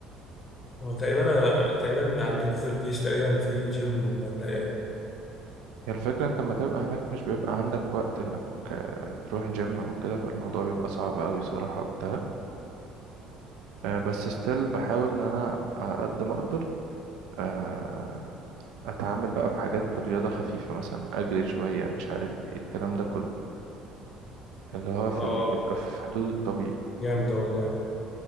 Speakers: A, on the left; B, on the right.
A: هو تقريبا أنا تقريبا عندكم في الجيش تقريبا في جيم ولا إيه
B: هي الفكرة انت لما تبقى هناك مش بيبقى عندك وقت انك آه، تروح جيم او كده فالموضوع بيبقى صعب اوي صراحة وقتها آه، بس ستيل بحاول ان انا على قد ما اقدر آه، اتعامل بقى بحاجات رياضة خفيفة مثلا اجري شوية مش عارف ايه الكلام ده كله اللي هو في
A: اه
B: ال- يبقى في حدود الطبيعي
A: جامد والله